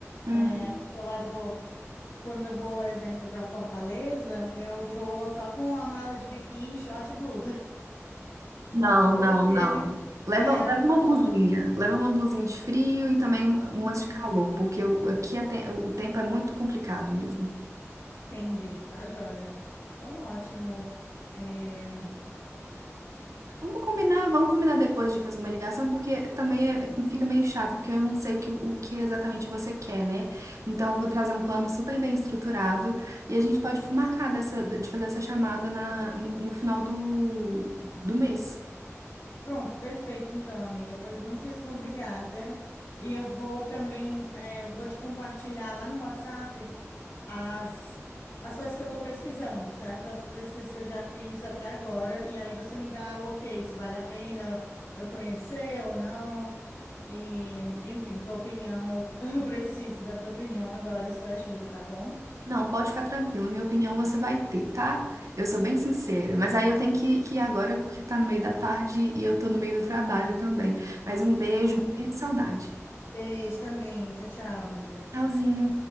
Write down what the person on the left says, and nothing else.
É, eu levo. Quando eu vou, exemplo, para Fortaleza, eu vou só com a mala de biquíni, short e blusa.
Porque,
é, porque
lá.
Uhum,
entendi, tá joia. Então, ótimo. É,
Pronto, perfeito então, amiga. Pois muitíssimo obrigada. E eu vou também, é, vou te compartilhar lá no WhatsApp as, as coisas que eu estou pesquisando, certo? As pesquisas que eu já fiz até agora. E aí você me dá o ok, se vale a pena eu conhecer ou não. E, enfim, tua opinião, eu, <laughs> eu preciso da tua opinião agora, essa ajuda, tá bom?
Ah,
Beijo também. Tchau, tchau, amiga.